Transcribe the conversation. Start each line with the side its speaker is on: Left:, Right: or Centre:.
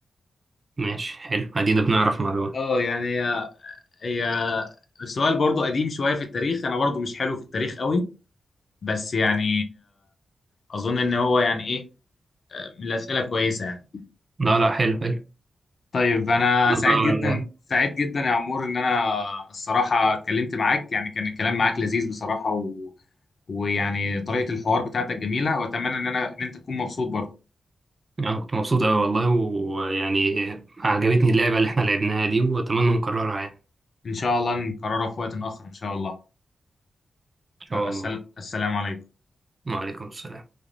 Right: ماشي حلو ادينا بنعرف معلومة
Left: اه يعني هي هي السؤال برضو قديم شوية في التاريخ أنا برضو مش حلو في التاريخ قوي بس يعني اظن ان هو يعني ايه من الاسئله كويسه يعني
Right: لا لا حلو حلو
Left: طيب انا سعيد
Right: انا
Left: جدا سعيد جدا يا عمور ان انا الصراحه اتكلمت معاك يعني كان الكلام معاك لذيذ بصراحه و... ويعني طريقه الحوار بتاعتك جميله واتمنى ان انا ان انت تكون مبسوط برضه
Right: أنا كنت مبسوط اوي والله ويعني عجبتني اللعبة اللي احنا لعبناها دي واتمنى نكررها يعني
Left: ان شاء الله نكررها في وقت اخر ان شاء الله
Right: ان شاء
Left: يلا السل...
Right: الله
Left: السلام عليكم
Right: وعليكم السلام